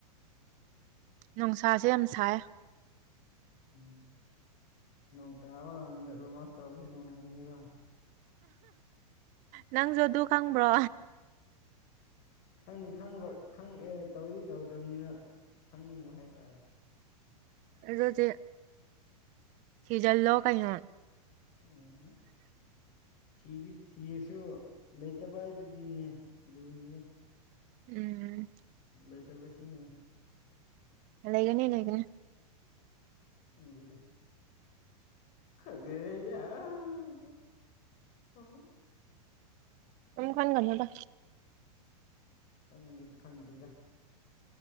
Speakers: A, on the right (about 40°); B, on the left (about 40°).
A: ꯅꯨꯡꯁꯥꯁꯦ ꯌꯥꯝ ꯁꯥꯏ
B: ꯎꯝ ꯅꯣꯡ ꯇꯥꯕ ꯔꯣꯃꯥꯟꯁ ꯇꯧꯕꯁ ꯅꯨꯡꯉꯥꯏꯒꯅꯤꯀꯣ
A: ꯅꯪꯁꯨ ꯑꯗꯨ ꯈꯪꯕ꯭ꯔꯣ
B: ꯈꯪꯅꯤ ꯈꯪꯕ ꯈꯪ ꯑꯦ ꯇꯧꯗꯤ ꯇꯧꯗꯕꯅꯤꯅ ꯈꯪꯅꯤꯡꯕ ꯍꯥꯏꯇꯥꯔꯦ
A: ꯑꯗꯨꯣꯗꯤ ꯍꯤꯖꯜ ꯂ ꯀꯥꯏꯉꯣꯟ <inaudible>
B: ꯎꯝ ꯊꯤꯗꯤ ꯊꯤꯔꯁꯨ ꯂꯩꯇꯕ ꯍꯥꯏꯗꯨꯗꯤꯅꯦ ꯂꯨꯔꯤꯗꯤ
A: ꯎꯝ
B: ꯂꯩꯇꯕ ꯁꯤꯅꯤ
A: ꯂꯩꯒꯅꯤ ꯏ ꯂꯩꯒꯅꯦ
B: ꯈꯩꯗꯦꯗ <unintelligible>
A: ꯎ ꯈꯅꯤ ꯈꯅꯣꯗ
B: ꯈꯟꯒꯗ ꯈꯟꯗꯗ